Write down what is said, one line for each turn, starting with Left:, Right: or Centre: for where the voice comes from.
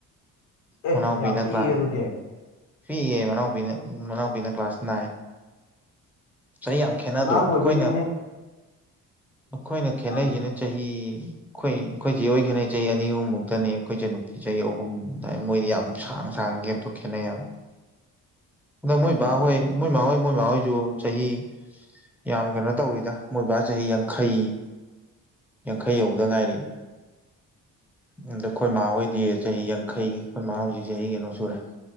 Left: ꯑꯦ
Centre: ꯃꯅꯥꯎꯕꯤꯅ
Left: ꯌꯥꯝ ꯄꯤꯛꯏ
Centre: ꯀ꯭ꯂꯥꯁ
Left: ꯑꯗꯨꯗꯤ
Centre: ꯄꯤꯛꯏꯌꯦ ꯃꯅꯥꯎꯕꯤꯅ ꯃꯅꯥꯎꯕꯤꯅ ꯀ꯭ꯂꯥꯁ ꯅꯥꯏꯟ ꯆꯍꯤ ꯌꯥꯝ ꯈꯦꯅꯗ꯭ꯔꯣ
Left: ꯑꯉꯥꯡ
Centre: ꯑꯩꯈꯣꯏꯅ
Left: ꯑꯣꯏꯕꯩꯅꯦꯍꯦ
Centre: ꯑꯩꯈꯣꯏꯅ ꯈꯦꯅꯩꯁꯤꯅ
Left: ꯑꯥ
Centre: ꯆꯍꯤ ꯑꯩꯈꯣꯏ ꯑꯩꯈꯣꯏꯆꯦꯍꫭꯏ ꯈꯦꯟꯅꯩ ꯆꯍꯤ ꯑꯅꯤ ꯑꯍꯨꯝꯃꯨꯛꯇꯅꯦ ꯑꯩꯈꯣꯏꯆꯟꯅꯨꯄꯤ ꯆꯍꯤ ꯑꯍꯨꯝ ꯗꯥꯏ ꯃꯣꯏꯗꯤ ꯌꯥꯝ ꯁꯥꯡ ꯁꯥꯡꯅ ꯒꯦꯞꯇꯣ ꯈꯦꯠꯅꯩꯑꯕ ꯑꯗꫭ ꯃꯣꯏ
Left: ꯎꯝ
Centre: ꯕꯥꯍꯣꯏ ꯃꯣꯏ ꯃꯥꯍꯣꯏ ꯃꯣꯏ ꯃꯥꯡꯍꯣꯏꯁꯨ ꯆꯍꯤ ꯌꯥꯝ ꯀꯩꯅꯣ ꯇꯧꯔꯤꯗ ꯃꯣꯏꯕꯥ ꯆꯍꯤ ꯌꯥꯡꯈꯩ ꯌꯥꯡꯈꯩ ꯌꯧꯕꯗ ꯉꯥꯏꯔꯤ ꯑꯗ ꯑꯩꯈꯣꯏ ꯃꯥꯍꯣꯏꯗꯤ ꯆꯍꯤ ꯌꯥꯡ ꯈꯧ ꯑꯩꯈꯣꯏ ꯃꯥ ꯍꯧꯖꯤꯛ ꯆꯍꯤ ꯀꯩꯅꯣ ꯁꯨꯔꯦ